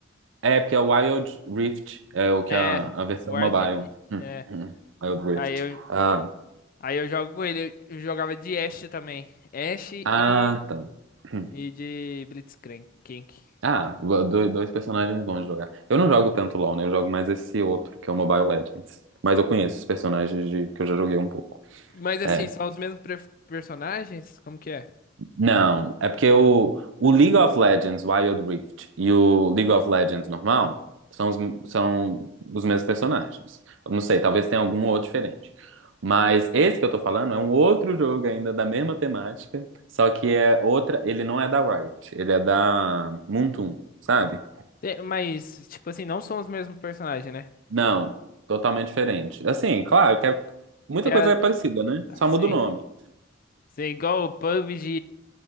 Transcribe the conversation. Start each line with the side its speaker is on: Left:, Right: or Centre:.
Right: É porque é o Wild Rift, é o que
Left: É,
Right: é a, a versão
Left: Ward.
Right: mobile. <clears throat>
Left: É.
Right: Hum, hum, Wild Rift.
Left: Aí eu,
Right: Ah,
Left: aí eu jogo com ele. Eu eu jogava de Ashe também. Ashe
Right: ah,
Left: e,
Right: tá. <clears throat> Hum.
Left: e de Blitzcrank. Kink.
Right: Ah, dois, dois personagens bons de jogar. Eu não jogo tanto LoL, né? Eu jogo mais esse outro, que é o Mobile Legends. Mas eu conheço os personagens de, que eu já joguei um pouco.
Left: Mas assim,
Right: É,
Left: são os mesmos pre- personagens? Como que é?
Right: Não, é porque o, o League of Legends Wild Rift e o League of Legends normal são os, são os mesmos personagens. Eu não sei, talvez tenha algum outro diferente. Mas esse que eu tô falando é um outro jogo ainda da mesma temática, só que é outra. Ele não é da Riot, ele é da Moonton, sabe?
Left: Tem- mas, tipo assim, não são os mesmos personagens, né?
Right: Não, totalmente diferente. Assim, claro que é- muita
Left: Tem
Right: coisa é parecida, né?
Left: a-
Right: Só
Left: sim.
Right: muda o nome.
Left: Sim, igual o PUBG